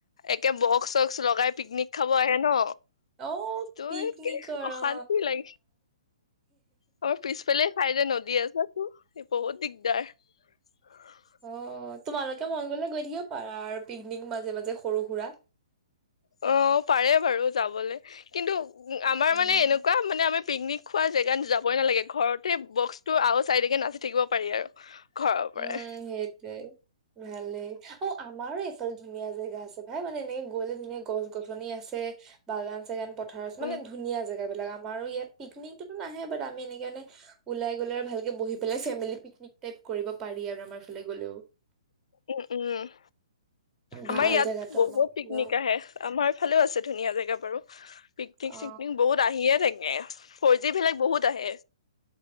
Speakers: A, on the left; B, on the right.
A: একে ব বকচ চকচ লগাই পিকনিক খাব আহে ন।
B: অ
A: তো
B: পিকনিকৰ
A: এ কি অশান্তি
B: অ
A: লাগি আমাৰ পিছফালে খাই যে নদী আছোতো বহুত দিগদাৰ। <unintelligible>
B: অ' তোমালোকে মন গলে গৈ থাকিব পাৰা আৰু পিকনিক মাজে মাজে সৰু সুৰা।
A: অ' পাৰে বাৰু যাবলে কিন্তু আমাৰ
B: উম
A: মানে এনেকুৱা মানে আমি পিকনিক খোৱা জেগাত যাবই নালাগে ঘৰতে বক্সটো আৱাজ আহি থাকে নাচি থাকিব পাৰি আৰু। ঘৰৰ
B: উম
A: পৰাই
B: সেইটোৱে। ভালেই অ' আমাৰো এইফালে ধুনীয়া জেগা আছে ভাই মানে এনেকে গ'লে ধুনীয়া গছ গছনি আছে। বাগান চাগান পথাৰ আছে
A: উম
B: মানে ধুনীয়া জেগা বিলাক আমাৰো ইয়াত। পিকনিকতো নাহে বাট আমি এনেকে ওলাই গ'লে আৰু ভালকে বহি পেলাই ফেমিলি পিকনিক টাইপ। কৰিব পাৰি আৰু আমাৰ ফালে গ'লেও।
A: উম উম।
B: ভাল
A: আমাৰ ইয়াত
B: জেগাটো
A: বহুত
B: আমাৰ ফালেও
A: পিকনিক আহে। আমাৰ ফালেও আছে ধুনীয়া জেগা বাৰু পিকনিক
B: অ
A: চিকনিক বহুত। আহিয়ে থাকে। ফৰজি বিলাক বহুত আহে।